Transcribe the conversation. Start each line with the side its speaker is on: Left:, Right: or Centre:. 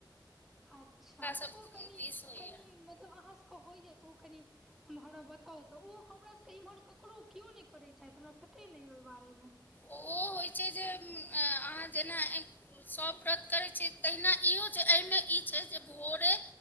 Centre: अच्छा त
Left: सब
Centre: ओ कनि,
Left: दिस होइया
Centre: कनी मतलब अहाँ सके होइये त ओ कनि हमरा बताउ तऽ, ओ हमरा सके इमहर ककरो कियो नै करै छथि। हमरा पते नै अइ ओइ बारे मे।
Left: ओ होइ छै जे म अहाँ जेना आइ सब व्रत करै छी तहिना इहो छै। अइमे इ छै जे भोरे